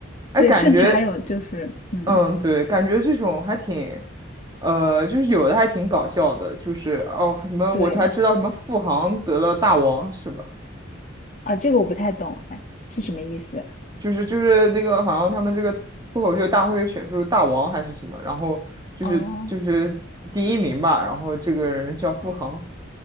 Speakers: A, on the right; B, on the left.
A: 哎，
B: 对，
A: 感觉
B: 甚至还有就是，嗯，
A: 嗯，对，感觉这种还挺，呃，就是有的还挺搞笑的，就是哦，什么我还知道什么付航得了大王是吧？
B: 对啊，这个我不太懂，哎，是什么意思？
A: 就是就是那个好像他们这个脱口秀大会选出大王还是什么，然后就是就是第一名吧，
B: 哦
A: 然后这个人叫付航